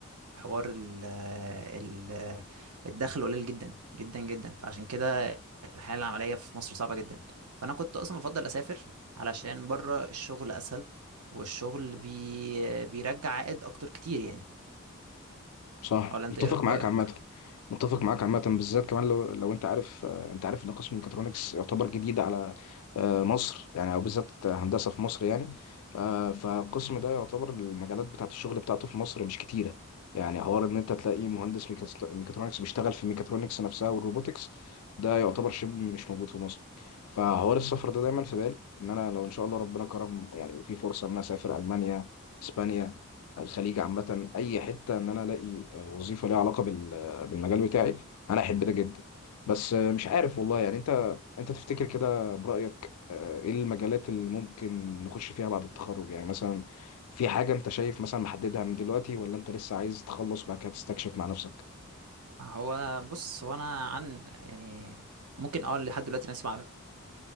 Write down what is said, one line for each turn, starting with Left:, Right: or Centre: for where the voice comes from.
Right: حوار ال ال الدخل قليل جدا جدا جدا فعشان كده الحياة العملية في مصر صعبة جدا فأنا كنت أصلا بفضل أسافر علشان بره الشغل أسهل والشغل
Left: صح
Right: بي بيرجع عائد أكتر كتير يعني
Left: صح
Right: ولا أنت
Left: متفق
Right: إيه
Left: معاك
Right: رأيك؟
Left: عامة متفق معاك عامة بالذات كمان لو لو انت عارف آه، انت عارف ان قسم الميكاترونكس يعتبر جديد على آه، مصر يعني او بالذات هندسة في مصر يعني آه، فالقسم ده يعتبر المجالات بتاعة الشغل بتاعته في مصر مش كتيرة يعني حوار ان انت تلاقي مهندس ميكاس- ميكاترونكس بيشتغل في ميكاترونكس نفسها والروبوتكس ده يعتبر شبه مش موجود في مصر فحوار السفر ده دايما في بالي ان انا لو ان شاء الله ربنا كرم يعني في فرصة ان انا اسافر المانيا اسبانيا الخليج عامة أي حتة إن أنا ألاقي وظيفة ليها علاقة بال- بالمجال بتاعي أنا أحب ده جدا بس مش عارف والله يعني أنت أنت تفتكر كده برأيك آه، إيه المجالات اللي ممكن نخش فيها بعد التخرج يعني مثلا في حاجة أنت شايف مثلا محددها من دلوقتي ولا أنت لسه عايز تخلص وبعد كده تستكشف مع نفسك؟
Right: هو بص هو أنا عن يعني ممكن أه لحد دلوقتي أنا أسمع ما